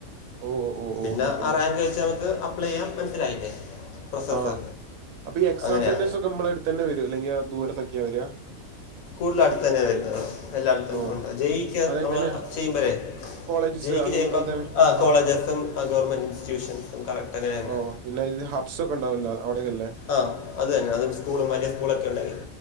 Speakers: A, on the right (about 80°); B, on the left (about 75°).
A: ഓ ഓ
B: പിന്നെ
A: ഓ ഓ ഓ
B: ആറായിരം
A: ഓ
B: രൂപ വെച്ച് അപ്ലൈ ചെയ്യാം മനസ്സിലായില്ലേ പ്രോസസ്സ്
A: ആഹ് അപ്പൊ ഈ എക്സാം
B: അങ്ങനെയാ
A: സെന്റേഴ്സ് ഒക്കെ നമ്മളുടെ അടുത്ത് തന്നെ വരിക അല്ലെങ്കിൽ ദൂരത്തൊക്കെയാ വരിക
B: കൂടുതലും അടുത്ത് തന്നെയാണ് വരുന്നത് എല്ലായിടത്തും
A: ഓ
B: ഉണ്ട് ജ യി ക്ക്
A: അതെങ്ങനെ
B: നമ്മള് ചെയ്യുമ്പോഴേ
A: കോളേജസ്
B: ജ യി ക്ക്
A: അങ്ങനെ
B: ചെയ്യുമ്പ
A: തന്നെ
B: ആഹ് കോളേജ്
A: ആ
B: എസ് എം ഗവൺമെന്റ് ഇൻസ്റ്റിറ്റ്യൂഷൻസും കറക്ട് അങ്ങനെ തന്നെ
A: ഓ പിന്നെ ഇത് <unintelligible> ഒണ്ടാവില്ല അവിടേക്കെല്ലേ
B: ആഹ് അത് തന്നെ അതും സ്കൂളും വലിയ സ്കൂളൊക്കെ ഉണ്ടെങ്കി